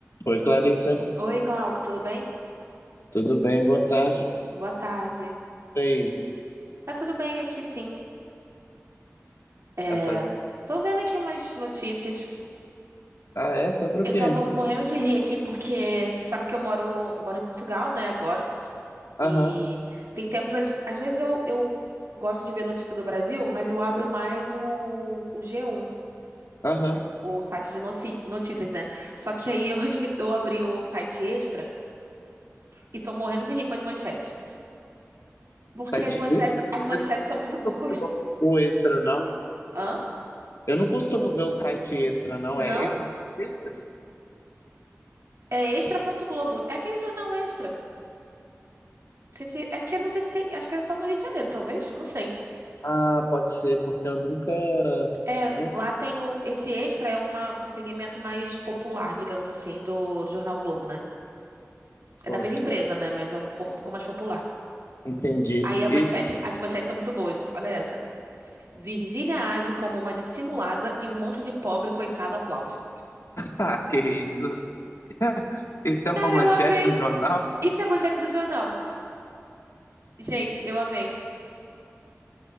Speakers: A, on the left; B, on the right.
A: Oi, Clarissa.
B: Oi, Glauco, tudo bem?
A: Tudo bem? Boa tarde.
B: Boa tarde.
A: E aí?
B: Tá tudo bem aqui, sim. É,
A: Tá faz...
B: tô vendo aqui umas notícias.
A: Ah, é? Sobre o
B: Eu
A: quê?
B: tava morrendo de rir aqui porque sabe que eu moro, eu moro em Portugal, né, agora.
A: Aham,
B: E tem tempos, às, às vezes eu, eu gosto de ver notícia do Brasil, mas eu abro mais o, o g um
A: aham.
B: o site de noci- notícias, né? Só que aí <laughs> hoje eu abri o site extra e tô morrendo de rir com as manchetes. Porque
A: Site
B: as manchetes,
A: extra?
B: as manchetes
A: Você
B: são muito
A: não
B: boas.
A: costuma ver O o extra, não?
B: Hã?
A: Eu não costumo ver o site extra, não.
B: Não?
A: É extra notícias?
B: É extra.globo. É aquele jornal extra. Não sei se, é porque não sei se tem. Acho que era só no Rio de Janeiro, talvez. Não sei.
A: Ah, pode ser, porque eu nunca...
B: É,
A: Nunca...
B: lá tem o. Esse extra é uma, um segmento mais popular, digamos assim, do, do Jornal Globo, né? É
A: Ok,
B: da mesma empresa, né? Mas é um, po- um pouco mais popular.
A: entendi.
B: Aí a manchete,
A: E... <laughs>
B: as manchetes são muito boas. Olha essa. Virgínia age como uma dissimulada e um monte de pobre coitado aplaude.
A: Ah, que isso? <laughs> Isso é uma
B: Cara,
A: manchete
B: eu amei.
A: do jornal?
B: Isso é a manchete do jornal. Gente, eu amei.